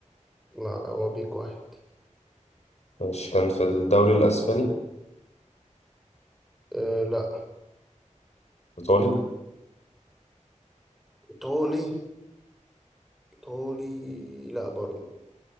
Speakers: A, in the centre; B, on the left.
A: لا لا هو بيك واحد
B: ماشي كان في الدوري الأسباني
A: آه لا
B: إيطالي
A: إيطالي إيطالي لا برضه